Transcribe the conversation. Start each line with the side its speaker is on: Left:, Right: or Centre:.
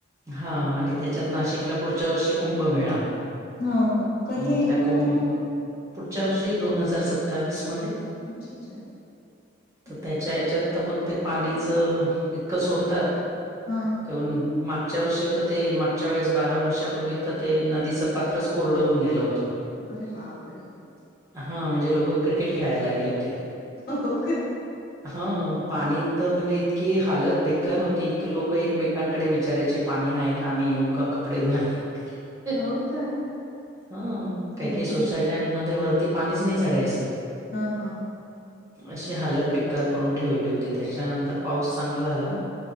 Right: हा आणि त्याच्यात नाशिकला पुढच्या वर्षी कुंभमेळा
Left: हो हो कधी
Right: मग
Left: आहे
Right: त्या
Left: कुंभमेळा?
Right: कुं पुढच्या वर्षी दोन हजार सत्तावीस मध्ये
Left: अच्छा अच्छा
Right: तर
Left: हो
Right: त्याच्या
Left: का?
Right: याच्यात तर मग ते पाणीचं इतकं सोडतात
Left: हा
Right: <unintelligible> मागच्या वर्षी तर ते मागच्या वेळेस बारा वर्षापूर्वी तर ते नदीचं पात्रच कोरड होऊन गेलं होतं त
Left: अरे बापरे!
Right: हा म्हणजे लोक क्रिकेट खेळायला लागले होते
Left: हो हो का
Right: हा पाणी तर म्हणजे इतकी हालत बेक्कार होती की लोक एकमेकांकडे विचारायचे. पाणी आहे का आम्ही येऊ का कपडे धूवायला वैगेरे
Left: हो का?
Right: हा काही
Left: हम्म.
Right: काही सोसायट्यांमध्ये वरती पाणीच नाही चढायचं.
Left: ह- ह-
Right: अशी हालत बेक्कार करून ठेवली होती त्याच्यानंतर पाऊस चांगला झाला